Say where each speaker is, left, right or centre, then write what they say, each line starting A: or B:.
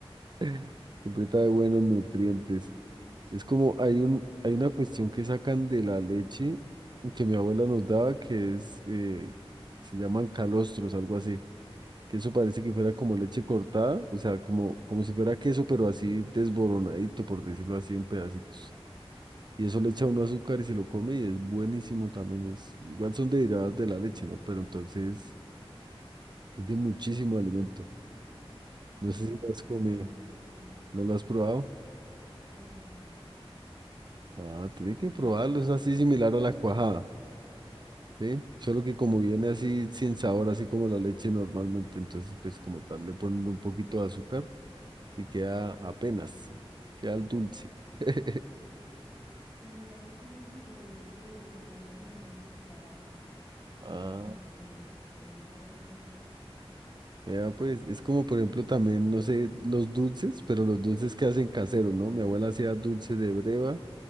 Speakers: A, on the right; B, on the right.
A: <laughs> Siempre trae buenos nutrientes. Es como hay un, hay una cuestión que sacan de la leche que mi abuela nos daba que es, eh, se llaman calostros, algo así, que eso parece que fuera como leche cortada, o sea, como, como si fuera queso, pero así desboronadito, por decirlo así, en pedacitos. Y eso le echa uno azúcar y se lo come y es buenísimo también. Es, igual son derivadas de la leche, ¿no? Pero entonces es de muchísimo alimento. No
B: Mira
A: sé si lo
B: que
A: has comido,
B: yo no,
A: ¿no lo has probado?
B: no.
A: Ah, tiene que probarlo, es así similar a la cuajada, ¿sí? Solo que como viene así sin sabor, así como la leche normalmente, entonces pues como tal le ponen un poquito de azúcar y queda apenas, queda el dulce. <laughs>
B: Mira que como que yo los probé una vez y no me gustaron. Y
A: Ah,
B: dije, no, yo no, no volví a comer.
A: Vea, pues es como por ejemplo también, no sé, los dulces, pero los dulces que hacen caseros, ¿no? Mi abuela hacía dulce de breva,